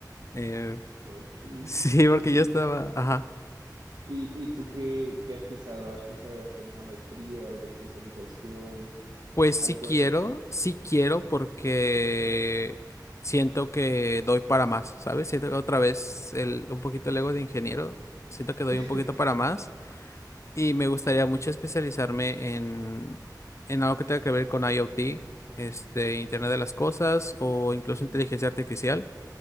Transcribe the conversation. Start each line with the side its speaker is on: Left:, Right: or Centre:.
Left: Eh,
Right: Ok.
Left: <laughs> sí, porque
Right: ¿Y, y,
Left: yo estaba... Ajá.
Right: y tú qué, qué has pensado? ¿Has pensado en hacer una maestría, una especialización,
Left: Pues sí
Right: algo
Left: quiero,
Right: así?
Left: sí quiero porque siento que doy para más, ¿sabes? Siento que otra vez el, un poquito el ego de ingeniero, siento que doy
Right: <laughs>
Left: un poquito para más y me gustaría mucho especializarme en, en algo que tenga que ver con IoT, este, Internet de las Cosas o incluso
Right: Sí.
Left: inteligencia artificial.